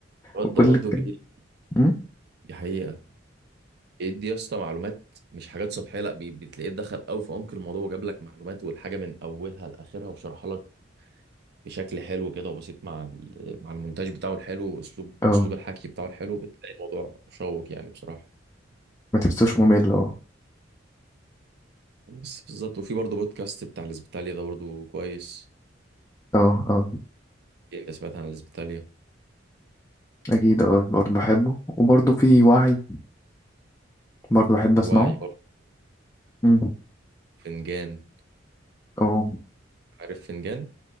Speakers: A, on the right; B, on the left.
A: الواد
B: وكل
A: ده برضه
B: الك-
A: جه-
B: أمم؟
A: دي حقيقة بيدي يا اسطى معلومات مش حاجات سطحية لا بي- بتلاقيه دخل قوي في عمق الموضوع وجاب لك معلومات والحاجة من أولها لآخرها وشرحها لك بشكل حلو كده وبسيط مع ال- مع المونتاج بتاعه الحلو وأسلوب
B: اه
A: أسلوب الحكي بتاعه الحلو بتلاقي الموضوع مشوق يعني بصراحة
B: ما تحسوش ممل اه
A: بس بالظبط وفي برضه بودكاست بتاع الإسبيتاليا ده برضه كويس
B: اه اه
A: إيه، أنت سمعت عن الإسبيتاليا
B: أكيد اه برضه بحبه وبرضه في وعي برضه بحب أسمعه
A: وعي برضه
B: أمم.
A: فنجان
B: اه
A: عارف فنجان